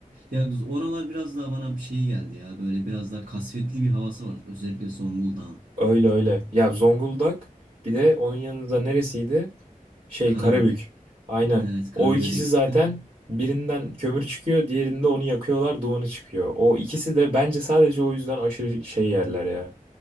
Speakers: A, on the right (about 75°); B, on the right (about 45°).
A: ya oralar biraz daha bana bir şey geldi ya. Böyle biraz daha kasvetli bir havası var. Özellikle Zonguldak'ın.
B: Öyle öyle. Ya Zonguldak bir de onun yanında neresiydi? Şey
A: Karabük.
B: Karabük. Aynen.
A: Evet, Karabük'e
B: O ikisi
A: de gittim.
B: zaten birinden kömür çıkıyor, diğerinde onu yakıyorlar, dumanı çıkıyor. O ikisi de bence sadece o yüzden aşırı şey yerler ya.